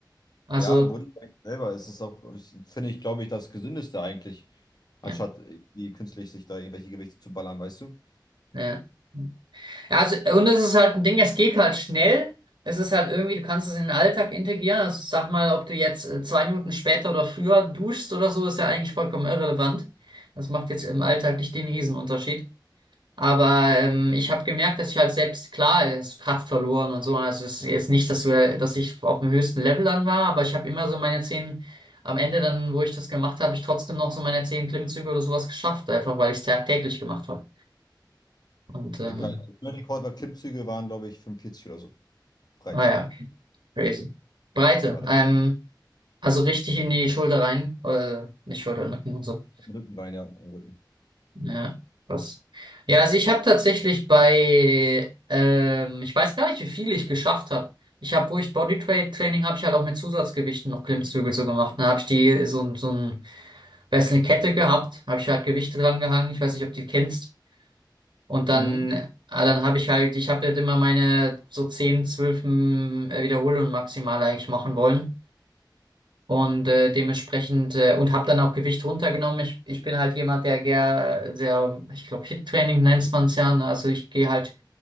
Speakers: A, on the right; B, on the left.
A: Also,
B: Ja, Bodybuilding selber ist es auch, ich, finde ich, glaube ich, das Gesündeste eigentlich, anstatt
A: ja,
B: irgendwie künstlich sich da irgendwelche Gewichte zu ballern, weißt du?
A: ja. Ja, Also, und es ist halt ein Ding, es geht halt schnell. Es ist halt irgendwie, du kannst es in den Alltag integrieren. Also, sag mal, ob du jetzt äh, zwei Minuten später oder früher duschst oder so, ist ja eigentlich vollkommen irrelevant. Das macht jetzt im Alltag nicht den Riesenunterschied. Aber ähm, ich habe gemerkt, dass ich halt selbst, klar, es ist Kraft verloren und so. Also es ist jetzt nicht, dass, wir, dass ich auf dem höchsten Level dann war, aber ich habe immer so meine zehn, am Ende dann, wo ich das gemacht habe, ich trotzdem noch so meine zehn Klimmzüge oder sowas geschafft, einfach weil ich es tagtäglich gemacht habe. Und ähm,
B: Egal. Mein Rekord war Klimmzüge, waren, glaube ich, 45 oder so. Breite.
A: Ah ja, okay. Crazy. Breite.
B: Ja, das
A: Ähm, also richtig in die Schulter rein. Äh, nicht Schulter, Nacken und so.
B: im Rückenbein, ja, im Rücken.
A: Ja, krass. Ja, also ich habe tatsächlich bei, ähm, ich weiß gar nicht, wie viel ich geschafft habe. Ich habe, wo ich Bodytraining habe ich halt auch mit Zusatzgewichten noch Klimmzüge so gemacht. Da habe ich die so, ein- so ein, weiß eine Kette gehabt, habe ich halt Gewichte dran gehangen. Ich weiß nicht, ob du die kennst. Und dann,
B: Mhm.
A: ah, dann habe ich halt, ich habe halt immer meine so 10, 12 mm, Wiederholungen maximal eigentlich machen wollen. Und äh, dementsprechend äh, und habe dann auch Gewicht runtergenommen. Ich, ich bin halt jemand, der gern sehr, ich glaube, Hit-Training nennt man es ja. Ne? Also ich gehe halt,